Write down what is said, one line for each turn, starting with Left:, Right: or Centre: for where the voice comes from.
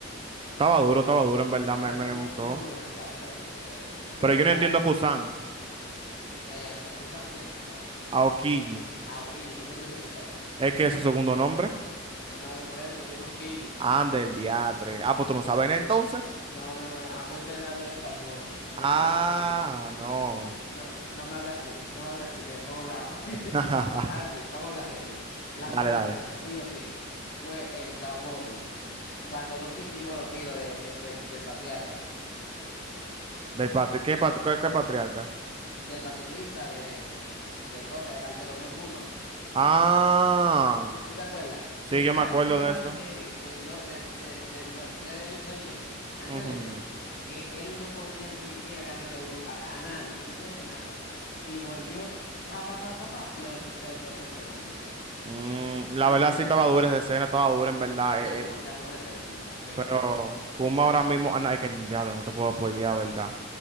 Right: Estaba duro, estaba duro, en verdad
Left: Me
Right: me,
Left: pareció
Right: me gustó.
Left: muy, muy buena esa, esa, esa serie. Pero
Right: Pero yo no
Left: ahora
Right: entiendo
Left: sí,
Right: a Kusan,
Left: eh, Kusan, ¿quién es Kusan?
Right: a Okiji.
Left: Ah, Okiji, ¿por qué tú dices Kusan?
Right: ¿Es que ese segundo nombre?
Left: No me hables por eso, dime Okiji.
Right: Ande el diatre. Ah, pues tú no sabes entonces.
Left: No, no, no, a mí usted me habla en español, aunque
Right: Ah,
Left: eso sea japonés.
Right: no.
Left: No, no me habla así, no me habla así, que me pongo bravo.
Right: <laughs>
Left: <laughs> Ahora sí, vamos a hablar serio. La
Right: Dale,
Left: mejor
Right: dale.
Left: escena, sí o sí, fue en Sao Body. cuando Luffy esquivó los tiros de, de- del, del patriarca,
Right: Del patri ¿Qué, pat- qué- qué patriarca?
Left: del pacifista, de, de cosas, de Bartolomé Kuma.
Right: Ah,
Left: ¿Tú, tú te acuerdas?
Right: sí,
Left: Que
Right: yo
Left: antes
Right: me acuerdo
Left: de Water
Right: de eso.
Left: seven del, do, del, del, del do- 3 de Yo- Doye, antes
Right: Ujú.
Left: de eso, que él no podía ni siquiera ganarle a, un- a, a nadie, no podía hacer nada. Y volvió, pa, pa, pa, pa, pa, lo, de- lo destrozó en segundo.
Right: Mm, la
Left: Increíble.
Right: verdad sí estaba dura esa escena, estaba dura en verdad.
Left: La
Right: eh,
Left: mejor,
Right: eh,
Left: la mejor escena, en verdad. Me
Right: Pero
Left: encantó.
Right: Kuma ahora mismo, ah, no, es que diablo, no te puedo spoilear, ¿verdad?